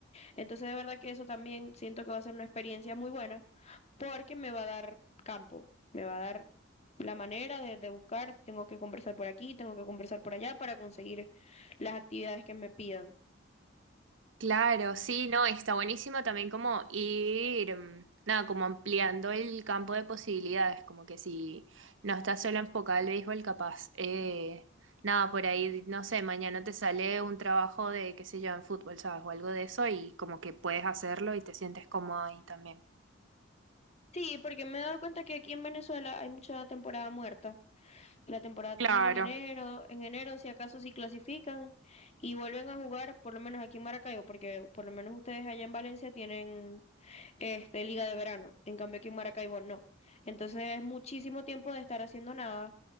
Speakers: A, on the left (about 35°); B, on the right (about 75°).
A: Entonces, de verdad que eso también siento que va a ser una experiencia muy buena porque me va a dar campo, me va a dar la manera de, de buscar, tengo que conversar por aquí, tengo que conversar por allá para conseguir las actividades que me pidan.
B: Claro, sí, no, está buenísimo también como ir, mm, nada, como ampliando el campo de posibilidades, como que si no estás solo enfocado al béisbol, capaz, eh, nada, por ahí, no sé, mañana te sale un trabajo de, qué sé yo, en fútbol, ¿sabes? O algo de eso y como que puedes hacerlo y te sientes cómodo ahí también.
A: Sí, porque me he dado cuenta que aquí en Venezuela hay mucha temporada muerta. La temporada termina
B: Claro,
A: en enero, en enero si acaso si clasifican y vuelven a jugar, por lo menos aquí en Maracaibo, porque por lo menos ustedes allá en Valencia tienen este liga de verano, en cambio aquí en Maracaibo no. Entonces es muchísimo tiempo de estar haciendo nada,